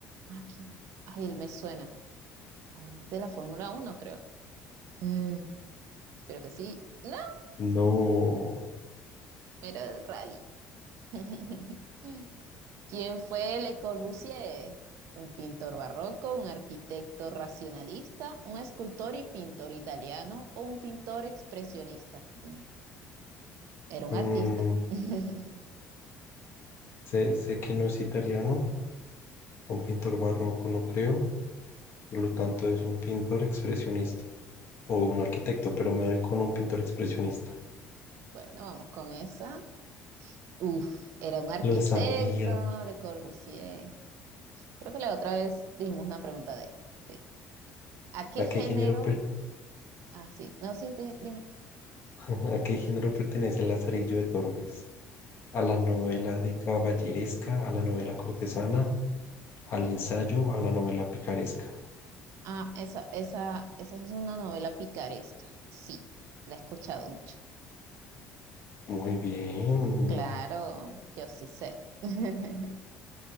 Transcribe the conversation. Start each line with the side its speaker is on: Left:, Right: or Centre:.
Right: Máquina. Ay, él me suena. Ay, es de la Fórmula Uno, creo. Eh, espero que sí. No,
Left: No,
Right: era del rally. <laughs> ¿Quién fue Le Corbusier? Un pintor barroco, un arquitecto racionalista, un escultor y pintor italiano o un pintor expresionista. Mm, Era un
Left: mm,
Right: artista. <laughs>
Left: sé, sé que no es italiano, un pintor barroco no creo, por lo tanto es un pintor expresionista o un arquitecto, pero me doy con un pintor expresionista.
Right: Bueno, vamos con esa. Uf, era un arquitecto,
Left: Lo sabía.
Right: Le Corbusier. Creo que la otra vez dimos una pregunta de él. Sí. ¿A qué
Left: ¿A qué
Right: género?
Left: género, per-
Right: Ah, sí. No, sí, di- dime.
Left: <laughs> a qué género pertenece el Lazarillo de Tormes? ¿A la novela de caballeresca, a la novela cortesana, al ensayo, a la novela picaresca?
Right: Ah, esa, esa, esa es una novela picaresca. Sí, la he escuchado mucho.
Left: Muy bien,
Right: Claro, yo sí sé. <laughs>